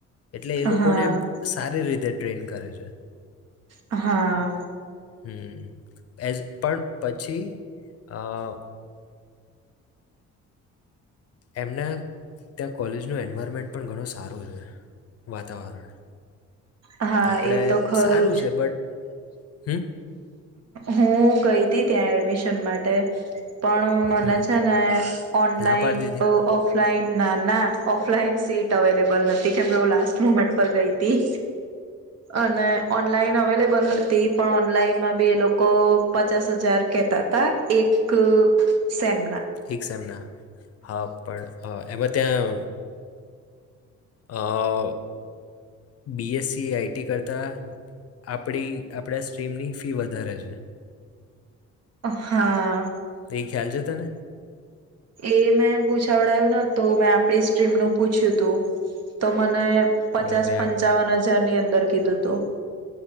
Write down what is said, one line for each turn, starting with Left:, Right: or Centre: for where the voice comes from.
Left: એટલે એ
Right: હા
Left: લોકોને એમ સારી રીતે ટ્રેન કરે છે.
Right: હા.
Left: હમ્મ એ જ પણ પછી અહ એમના ત્યાં કોલેજનું એન્વાયરમેન્ટ પણ ઘણું સારું છે. વાતાવરણ.
Right: હા
Left: આપણે
Right: એ તો ખરું
Left: સારું છે બટ હમ્મ.
Right: હું ગઈ હતી ત્યાં એડમિશન માટે પણ મને
Left: હમ
Right: છે ને ઓનલાઈન
Left: ના પાડી દીધી
Right: અહ ઓફલાઈન ના, ના ઓફલાઈન સીટ અવેલેબલ નથી. <unintelligible> લાસ્ટ મુમેન્ટ ઉપર ગઈ તી, અને ઓનલાઈન અવેલેબલ હતી પણ ઓનલાઈનમાં બે લોકો પચાસ હજાર કેતા તા એક સેમ
Left: એક સેમના? હા પણ એમાં ત્યાં અહ બી એસ સી, આઈટી કરતાં આપણી આપણા સ્ટ્રીમની જ ફી વધારે છે.
Right: હા.
Left: ઈ ખ્યાલ છે તને?
Right: એ મેં પૂછાવડાયું ના તો મેં આપણી સ્ટ્રીમનું પૂછ્યું તું તો મને પચાસ
Left: નહીં મેં
Right: પંચાવન હજા જારની અંદર કીધું તું.